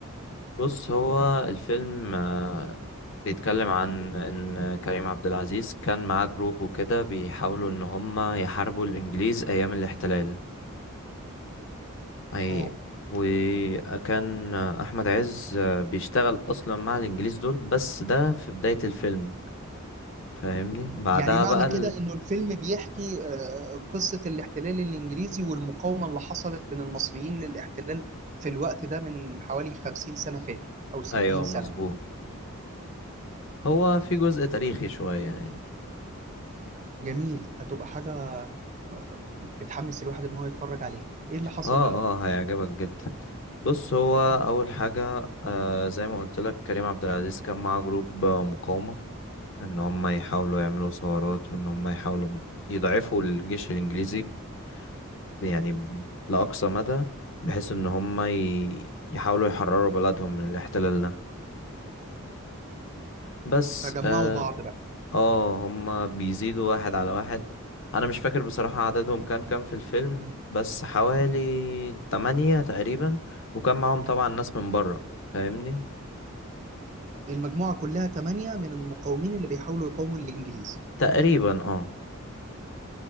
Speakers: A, on the left; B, on the right.
A: بص هو الفيلم آه، بيتكلم عن ان كريم عبد العزيز كان معاه جروب وكده بيحاولوا ان هم يحاربوا الانجليز ايام الاحتلال اي
B: اه
A: وكان احمد عز آه، بيشتغل اصلا مع الانجليز دول بس ده في بداية الفيلم فاهمني بعدها
B: يعني معنى
A: بقى
B: كده
A: ال...
B: انه الفيلم بيحكي آه، قصة الاحتلال الانجليزي والمقاومة اللي حصلت من المصريين للاحتلال في الوقت ده من حوالي 50 سنة فاتوا او 60
A: ايوه
B: سنة
A: مظبوط هو في جزء تاريخي شوية يعني
B: جميل هتبقى حاجة آه، بتحمس الواحد ان هو يتفرج عليها ايه اللي حصل
A: اه
B: بقى
A: اه هيعجبك جدا بص هو اول حاجه آه زي ما قلت لك كريم عبد العزيز كان معاه جروب آه، مقاومه ان هم يحاولوا يعملوا ثورات وان هم يحاولوا م- يضعفوا الجيش الانجليزي ب- يعني ب- لاقصى مدى بحيث ان هم ي- يحاولوا يحرروا بلدهم من الاحتلال ده بس
B: فجمعوا
A: آه،
B: بعض بقى
A: اه هما بيزيدوا واحد على واحد انا مش فاكر بصراحة عددهم كان كام في الفيلم بس حوالي تمانية تقريبا وكان معاهم طبعا ناس من بره فاهمني
B: المجموعة كلها تمانية من المقاومين اللي بيحاولوا يقاوموا الانجليز
A: تقريبا اه